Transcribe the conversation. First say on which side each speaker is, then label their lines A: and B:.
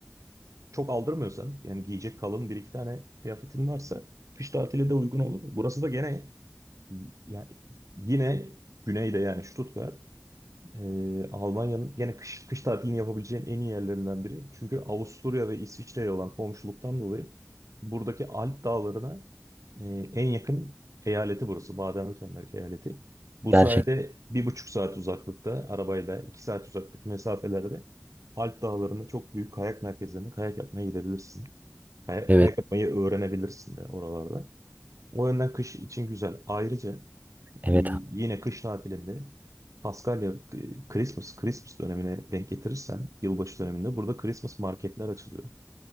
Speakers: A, on the right; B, on the right.
A: çok aldırmıyorsan yani giyecek kalın bir iki tane kıyafetin varsa kış tatili de uygun olur. Burası da gene yani yine güneyde yani Stuttgart Ee, Almanya'nın gene kış, kış tatilini yapabileceğin en iyi yerlerinden biri. Çünkü Avusturya ve İsviçre'ye olan komşuluktan dolayı buradaki Alp dağlarına e, en yakın eyaleti burası. Baden-Württemberg eyaleti. Bu
B: Gerçek.
A: sayede bir buçuk saat uzaklıkta arabayla iki saat uzaklık mesafelerde Alp dağlarında çok büyük kayak merkezlerine kayak yapmaya gidebilirsin. Kayak,
B: Evet,
A: kayak yapmayı öğrenebilirsin de oralarda. O yönden kış için güzel. Ayrıca e,
B: evet
A: yine
B: abi.
A: kış tatilinde Paskalya e, Christmas, Christmas dönemine denk getirirsen yılbaşı döneminde burada Christmas marketler açılıyor.